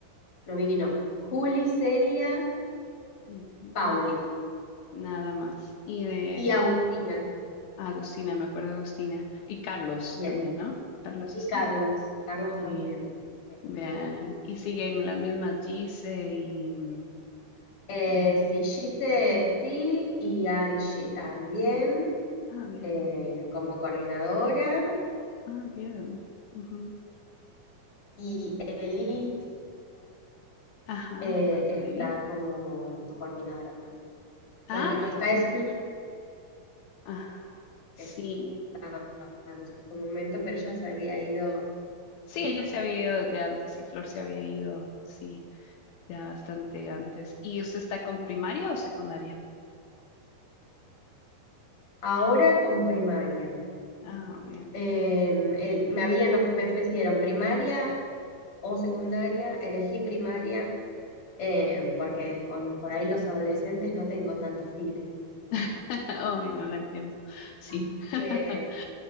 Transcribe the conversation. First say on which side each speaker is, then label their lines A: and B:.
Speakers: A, on the left; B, on the left.
A: no, Vicky no, Juli, Celia,
B: Ujú.
A: Pauli
B: Nada más. Y de...
A: y Agustina,
B: Ah, Agustina, me acuerdo de Agustina. Y Carlos
A: yes,
B: también, ¿no? Carlos
A: y
B: está.
A: Carlos, Carlos
B: Y
A: también. Sí,
B: vean,
A: sí, sí.
B: y siguen las mismas Gise y... mm,
A: Eh,
B: eh,
A: sí, Gise sí y Angie también
B: ah, bien.
A: eh, como coordinadora
B: Ah, bien. Ujú.
A: y Elisa
B: Ajá,
A: eh,
B: me acuerdo
A: está
B: de Eli.
A: como coordinadora también.
B: Ah,
A: La que no está
B: genial.
A: es Flor,
B: Ah, sí.
A: que estaba en su momento, pero ella se había ido
B: Sí,
A: creo
B: ella
A: que-
B: se había ido desde antes y Flor se había ido, sí, ya bastante antes. ¿Y usted está con primaria o secundaria?
A: ahora con primaria.
B: Ah, bien.
A: Em, el- me habían of- me ofrecieron primaria o secundaria, elegí primaria eh, porque con por ahí los adolescentes no tengo tanto feeling, me di cuenta.
B: <laughs> Ay, no la entiendo. Sí.
A: Así
B: <laughs>
A: que